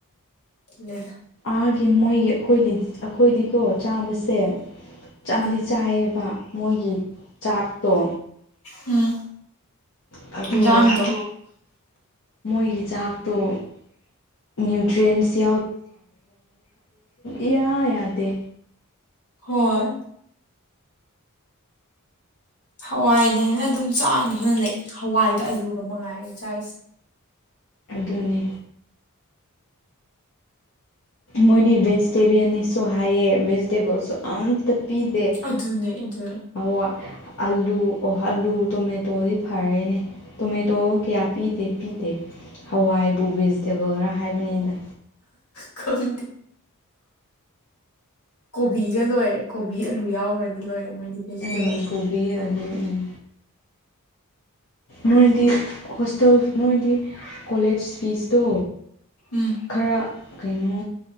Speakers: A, on the left; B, on the left.
A: <unintelligible>
B: ꯑꯥꯒꯤ ꯃꯣꯏꯒꯤ ꯑꯩꯈꯣꯏ ꯑꯩꯈꯣꯏꯗꯤꯀꯣ ꯆꯥꯕꯁꯦ ꯆꯥꯗꯤ
A: ꯎꯝ
B: ꯆꯥꯏꯌꯦꯕ ꯃꯣꯏꯒꯤ ꯆꯥꯛꯇꯣ
A: ꯎꯝ
B: ꯑꯗꯣ
A: ꯍꯤꯟꯖꯥꯡꯗꯣ
B: ꯃꯣꯏꯒꯤ ꯆꯥꯛꯇꯣ ꯅ꯭ꯌꯨꯇ꯭ꯔꯤꯌꯦꯟꯁ ꯏꯌꯥ ꯌꯥꯗꯦ
A: ꯍꯣꯏ ꯍꯋꯥꯏꯅꯦꯅ ꯑꯗꯨꯝ ꯆꯥꯗꯅ ꯂꯩ ꯍꯋꯥꯏꯒ ꯑꯂꯨꯒ ꯃꯉꯥꯏꯔꯦ ꯆꯥꯔꯤꯁꯦ
B: ꯑꯗꯨꯅꯤ ꯃꯣꯏꯗꯤ ꯚꯦꯖꯤꯇꯦꯔꯤꯌꯥꯟꯅꯤꯁꯨ ꯍꯥꯏꯌꯦ ꯚꯦꯖꯤꯇꯦꯕꯜꯁꯨ ꯑꯝꯇ ꯄꯤꯗꯦ
A: ꯑꯗꯨꯅꯦ ꯑꯗꯨꯅꯦ
B: ꯑꯋꯥ ꯑꯥꯂꯨ ꯑꯣ ꯑꯂꯨ ꯇꯣꯃꯦꯇꯣꯗꯤ ꯐꯔꯦꯅꯦ ꯇꯣꯃꯦꯇꯣ ꯀꯌꯥ ꯄꯤꯗꯦ ꯄꯤꯗꯦ ꯍꯋꯥꯏꯕꯨ ꯚꯦꯖꯤꯇꯦꯕꯜꯔꯥ ꯍꯥꯏꯕꯅꯤꯗ
A: ꯈꯪꯗꯦ ꯀꯣꯕꯤꯒ ꯂꯣꯏꯔꯦ ꯀꯣꯕꯤ ꯑꯂꯨ ꯌꯥꯎꯒꯔꯗꯤ ꯂꯣꯏꯔꯦ ꯃꯣꯏꯗꯤ ꯚꯦꯖꯤꯇꯦꯕꯜ
B: ꯎꯝ ꯀꯣꯕꯤ ꯑꯂꯨ ꯎꯝ ꯅꯣꯏꯗꯤ ꯍꯣꯁꯇꯦꯜ ꯅꯣꯏꯗꯤ ꯀꯣꯂꯦꯖ ꯐꯤꯁꯇꯣ
A: ꯎꯝ
B: ꯈꯔ ꯀꯩꯅꯣ